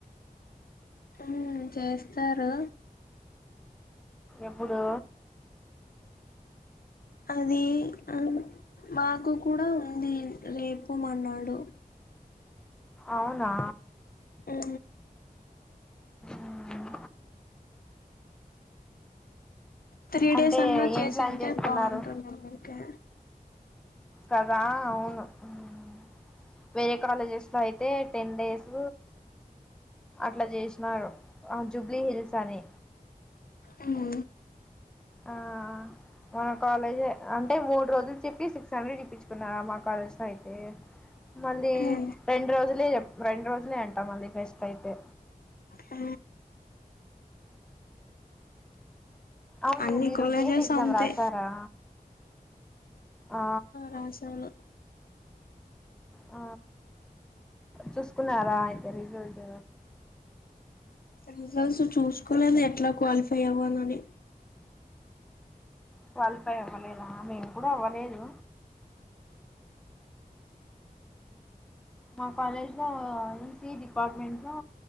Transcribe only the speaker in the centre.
ఎప్పుడు
అవునా
మ్మ్
అంటే
ఏం ప్లాన్ చేసుకున్నారు
కదా అవును ఉమ్ వేరే కాలేజెస్ లో అయితే టెన్ డేస్ అట్లా చేసినారు ఆ జూబ్లీ హిల్స్ అని
ఆ మన కాలేజే అంటే మూడు రోజులు చెప్పి సిక్స్ హండ్రెడ్ ఇప్పించుకున్నారు మా కాలేజ్ లో అయితే మళ్ళీ
రెండు రోజులే చెప్ రెండు రోజులే అంటాం అది బెస్ట్ అయితే
అవును
మీరు
గేట్ ఎగ్జామ్
రాసారా ఆ
ఆ చూసుకున్నారా అయితే రిజల్ట్
క్వాలిఫై అవ్వలేదా నేను కూడా అవ్వలేదు మా కాలేజ్లో ఈసీ డిపార్ట్మెంట్ లో